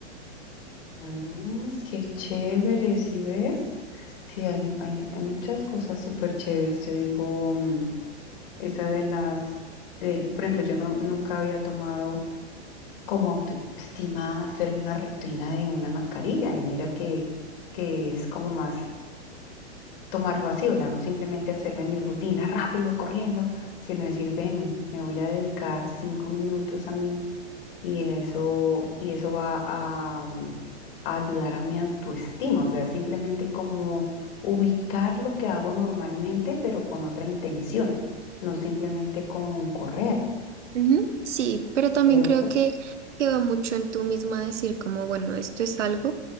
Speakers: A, on the left; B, on the right.
A: Mm, qué chévere, ¿sí ves? Sí, hay, hay, hay muchas cosas súper chéveres. Yo digo. mm, Esa de las, de, por ejemplo, yo no, nunca había tomado como autoestima hacerme una rutina de una mascarilla y mira que, que es como más tomarlo así, o sea, no simplemente hacerme mi rutina rápido, corriendo, sino decir, ven, me voy a dedicar cinco minutos a mí y eso, y eso va a, mm, a ayudar a mi autoestima, o sea, simplemente como ubicar lo que hago normalmente, pero con otra intención, no simplemente con correr.
B: Ujú, Sí, pero también
A: ¿Cierto?
B: creo que, que va mucho en tú misma decir como, bueno, esto es algo